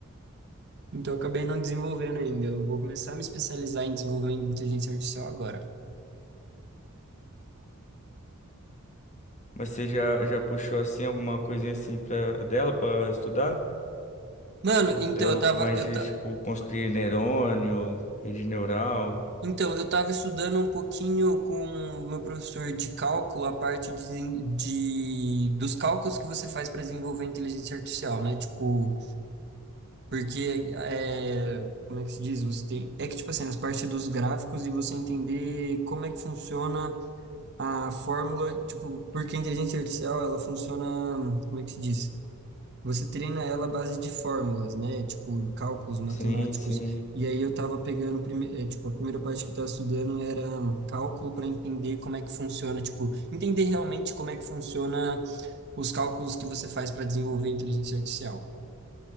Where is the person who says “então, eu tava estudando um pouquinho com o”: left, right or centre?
Right